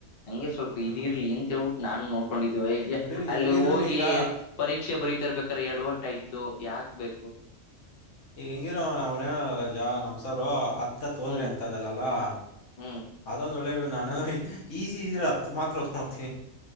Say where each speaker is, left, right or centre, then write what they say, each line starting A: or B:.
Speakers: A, on the left (about 50°); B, on the left (about 70°).
A: ಹಂಗೆ ಸ್ವಲ್ಪ
B: ಹ್ಞೂ
A: ಇದ ಇರ್ಲಿ ಅಂತ ನಾನ್ ನೋಡ್. ಕೊಂಡಿದ್ ವೈರ್ಗೆ
B: ಬಿಡು
A: ಅಲ್ಲಿ
B: ಹೆಂಗಿದ್ರು
A: ಹೋಗಿ
B: ಈಗ
A: ಪರೀಕ್ಷೆ ಬರೀತರ್ಬೇಕ್ರೆ ಎಡವಟ್ಟು ಆಯ್ತು ಯಾಕೆ. ಬೇಕು
B: ಈಗ ಹೆಂಗಿರ ಅವ ಅವ್ನ ರಜಾ ನಮ್ರಸರ್ ತ ತೋದ್ರೆ
A: ಹ್ಮ್
B: ಅಂತದಲ್ಲಲ್ಲಾ
A: ಹ್ಮ್
B: ಅದೊಂದು ಒಳ್ಳೇದು. ನೋಡಿಈಜಿ ಇದ್ರ ಹತ್ರಾ ಮಾತ್ರ ಒತ್ಕೊಂಡ್ ಹೋಗತಿನಿ.